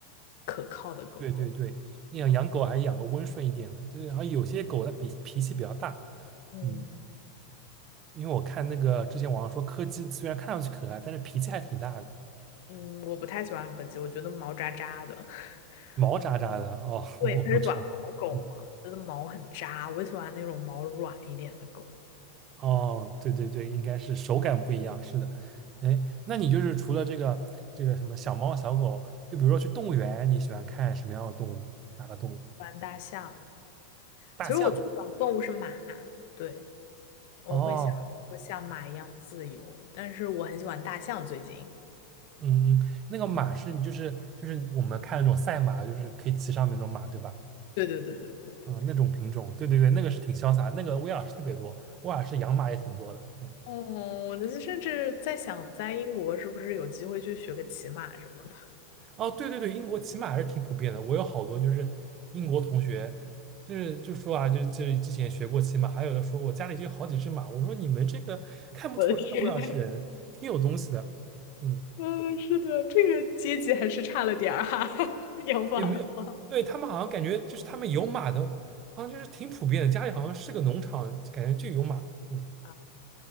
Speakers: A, on the left (about 45°); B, on the right (about 25°).
A: 可靠的狗狗。
B: 对对对，你想养狗还是养个温顺一点的，
A: 嗯
B: 对，好像有些狗它比脾气比较大，
A: 嗯
B: 嗯，因为我看那个之前网上说柯基虽然看上去可爱，但是脾气还挺大的，
A: 嗯，我不太喜欢柯基，我觉得毛扎扎的。<laughs>
B: 毛扎扎的，哦，<laughs>
A: 对，
B: 我不知道，
A: 它是短毛狗嘛，
B: 嗯，
A: 它的毛很扎，我喜欢那种毛软一点的狗。
B: 哦，对对对，应该是手感不一样，是的，哎，那你就是除了这个这个什么小猫小狗，就比如说去动物园，你喜欢看什么样的动物？哪个动物？
A: 大象，
B: 大象？
A: 其实我最喜欢的动物是马，对，我会想说像马一样自由，
B: 哦
A: 但是我很喜欢大象最近。
B: 嗯，嗯那个马是你就是就是我们看那种赛马，就是可以骑上面那种马，对吧？
A: 对对对对对对对。
B: 嗯，那种品种，对对对，那个是挺潇洒，那个威尔士特别多，威尔士养马也挺多的。嗯，
A: 嗯，我就是甚至在想，在英国是不是有机会去学个骑马什么的？
B: 哦，对对对，英国骑马还是挺普遍的，我有好多就是英国同学，就是就说啊，就就之前学过骑马，还有的说我家里就有好几只马，我说你们这个看不出来啊威尔士人，
A: 我的天！
B: 挺有东西的。嗯。
A: 嗯，是的，这个阶级还是差了点儿哈、<laughs> 养法的话
B: 也没有，对，他们好像感觉就是他们有马的，好像就是挺普遍的，家里好像是个农场，感觉就有马。嗯，
A: 啊，